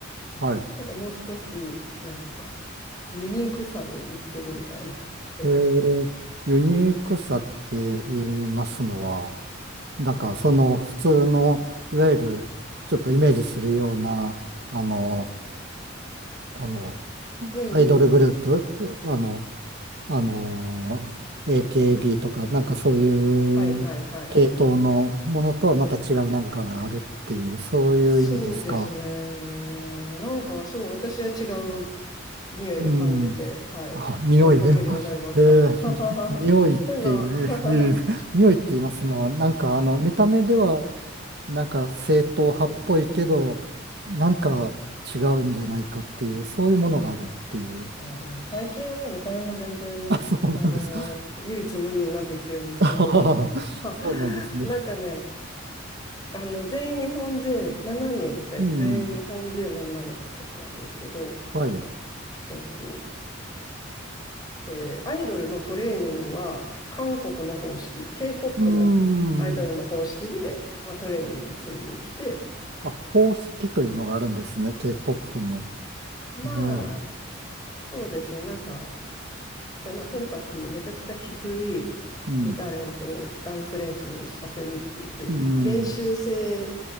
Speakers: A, on the right (about 50°); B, on the left (about 20°).
A: はい。
B: なんかもう少し、なんていうか、ユニークさで売ってるみたいな人たちで。
A: えー、ユニークさって言いますのは、なんかその普通の、
B: はい。
A: いわゆるちょっとイメージするような、あの、あの、うんアイドルグループ、
B: うんうん。
A: あの、あの、AKB とか、なんかそういう系統のものとはまた違うなんかがあるっていう、
B: はいはいはい。
A: そういう意味ですか。
B: そうですね。なんかそう、私は違う匂いを感じて、
A: うん。
B: はい。
A: あ、匂いだよ。
B: 追いかけるようになりました。
A: えー、
B: <laughs> っ
A: に匂いっていう、
B: てな。<laughs>
A: えー匂いって言いますのは、なんかあの、見た目では、なんか正統派っぽいけど、
B: え
A: なんか違うんじゃないかっていう、そういうものがあるっていう。
B: あ、でも最近はもう見た目も全然、
A: あ、そうなんです。
B: あの唯一無二になってきてるんですけど、
A: <laughs> あははそうなんですね。
B: <laughs> なんかね、あの、全員日本人、7人って全員日本人の女の子たちなんですけど、
A: うん。はい。う
B: えっと、えーアイドルのトレーニングは韓国の方式、K-POP
A: ーん。
B: のアイドルの方式で、まあ、トレーニングを積んできて、
A: あ、宝石というのがあるんですね、K-POP に。
B: まあ、
A: ええ。
B: そうですね、なんか、えまあ、とにかくめちゃくちゃきつい歌練とダンス練習をさせるって言って、
A: うん。うん。
B: 練習生